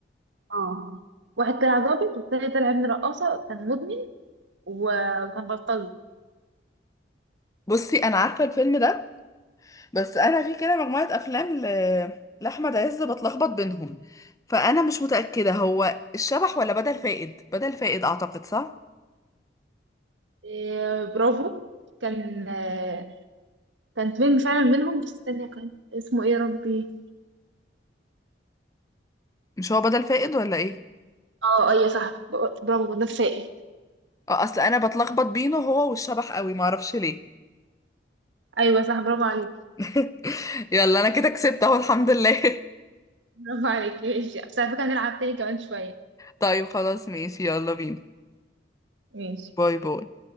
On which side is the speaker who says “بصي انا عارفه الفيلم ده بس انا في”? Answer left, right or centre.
Left